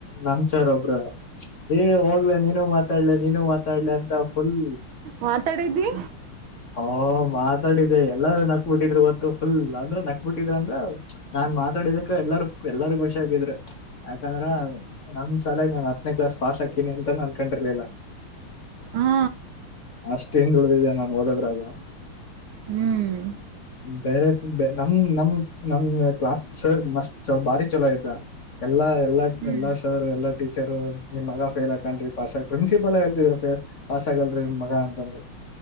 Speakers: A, on the left; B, on the right.
A: ನಮ್ ಸರ್ ಒಬ್ಬ್ರ ಏ ಹೋಗ್ಲ ನೀನು ಮಾತಾಡ್ಲ ನೀನುೂ ಮಾತಾಡ್ಲ ಅಂತ ಫುಲ್
B: ಮಾತಾಡಿದ್ದಿ
A: ಹ ಮಾತಾಡಿದೆೆ ಎಲ್ಲಾರು ನಕ್ ಬಿಿಟ್ಟಿದ್ರು ಗೊತ್ತು ಫುಲ್ ಅಂದ್ರ ನಕ್ <unintelligible> ಬಿಟ್ಟಿದ್ರ ಅಂದ್ರ ನಾನ್ ಮಾತಾಡಿದಕ್ಕ ಎಲ್ಲಾರ ಎಲ್ಲಾರ ಖುಷಿಾಗಿದ್ರರು ಯಾಕಂದ್ರ <unintelligible> <unintelligible> <unintelligible> ಕ್ಲಾಸ್ ಪಾಸ್ ಹಾಕಿನಿ ಅಂತಾನ ಅನ್ಕೊಂಡಿರ್ಲಿಲ್ಲ
B: ಹಾ
A: ಅಷ್ಟೇ <unintelligible> ಹಿಂದುಳ್ದಿದ್ದೆ ನಾನು ಓದೋದ್ರಾಗ
B: ಹ್ಮ್
A: ಬೇರೆ ನಮ್ ನಮ್ ನಮ್ದ ಕ್ಲಾಸ್ ಸರ್ ಮಸ್ತ್ ಬಾರಿ ಚಲೋ ಇದ್ದ ಎಲ್ಲಾ ಎಲ್ಲಾ
B: ಹ್ಮ್
A: ಎಲ್ಲಾ ಸರ್ ಎಲ್ಲಾ ಟೀಚರು ನಿಮ್ ಮಗ ಫೈಲ್ ಹಾಕ್ತಾನ್ರೀ ಪಾಸ್ ಆಕ್ <unintelligible> ಪ್ರಿನ್ಸಿಪಲ್ಲು ಹೇಳ್ತಿದ್ರು ಸರ್ ನಿಮ್ಮಗ ಪಾಸ್ ಆಗಲ್ಲ ಅಂತಂದು